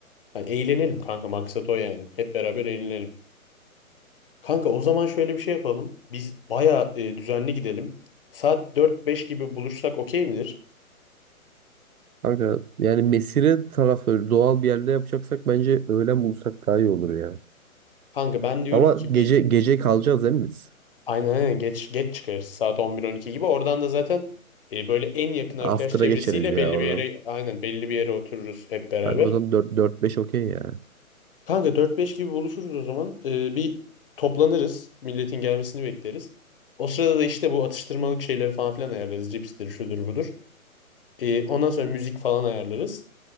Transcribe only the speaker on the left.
Hani eğlenelim kanka maksat o yani. Hep beraber eğlenelim. Kanka o zaman şöyle bir şey yapalım. Biz bayağı e, düzenli gidelim. Saat dört beş gibi buluşsak okey midir?
Kanka ben diyorum
ki
bir
Aynen aynen geç geç çıkarız saat 11-12 gibi. Oradan da zaten e, böyle en yakın arkadaş
çevresiyle
belli
bir yere aynen belli bir yere otururuz hep beraber.
Kanka 4-5 gibi buluşuruz o zaman. E, bir toplanırız. Milletin gelmesini bekleriz. O sırada da işte bu atıştırmalık şeyleri falan filan ayarlarız. Cipstir, şudur budur. E, ondan sonra müzik falan ayarlarız.